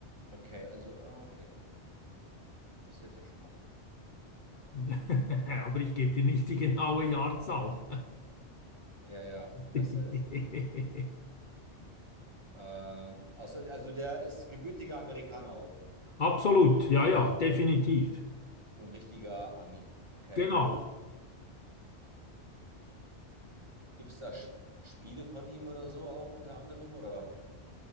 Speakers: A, on the right; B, on the left.
A: Okay, also, ah, okay. Das hilft ja schon mal.
B: <laughs> Aber ich gebe dir nicht die genaue Jahrzahl.
A: Ja, ja,
B: <laughs>
A: besser ist. Ähm, außer, also, der ist gebürtiger Amerikaner auch.
B: Absolut, ja, ja, definitiv.
A: So ein richtiger Ami. Okay.
B: Genau.
A: Gibt es da Sch- Spiele von ihm oder so auch unter anderem? Oder?